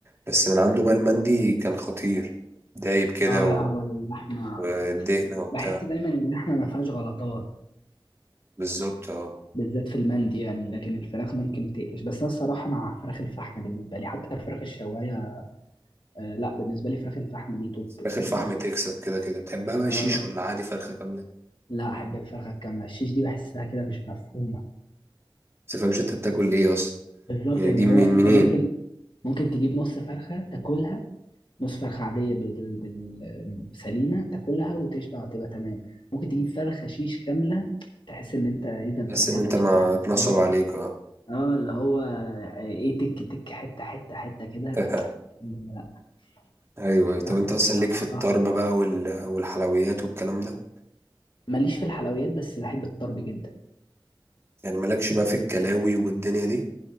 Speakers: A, on the right (about 30°); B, on the left (about 70°).
A: بس من عنده بقى
B: مم.
A: المندي كان خطير دايب كده
B: اه
A: و-
B: لا هو اللحمه
A: والدهنة وبتاع
B: بحس دايما ان اللحمه ما فيهاش غلطات
A: بالظبط اه
B: بالذات في المندي يعني لكن الفراخ ممكن تقلش بس انا الصراحه مع فراخ الفحم بالنسبه لي حتى الفراخ الشوايه آه لا بالنسبه لي فراخ الفحم دي توب
A: فراخ
B: فاهمني
A: الفحم تكسب كده كده بتحبها بقى
B: اه
A: شيش ولا عادي فرخة كاملة
B: لا احب الفرخه الكامله الشيش دي بحسها كده مش مفهومه
A: بس متفهمش انت بتاكل ايه اصلا
B: بالظبط
A: يعني
B: يعني
A: دي
B: هو
A: من
B: انت
A: منين
B: ممكن ممكن تجيب نص فرخه تاكلها نص فرخه عاديه بال... بال... سليمه تاكلها وتشبع وتبقى تمام ممكن تجيب فرخه شيش كامله تحس ان انت ايه ده انت
A: بس
B: ما اكلتش
A: ان انت ما
B: حاجه
A: اتنصب
B: فاهم
A: عليك اه
B: اه اللي هو ايه تك تك حته حته حته كده
A: <laughs>
B: لا
A: ايوه
B: الفرخه
A: طب انت اصلا
B: على
A: ليك في
B: بعضها
A: الطرب بقى وال- والحلويات والكلام ده
B: ماليش في الحلويات بس بحب الطرب جدا
A: يعني مالكش بقى في الكلاوي والدنيا دي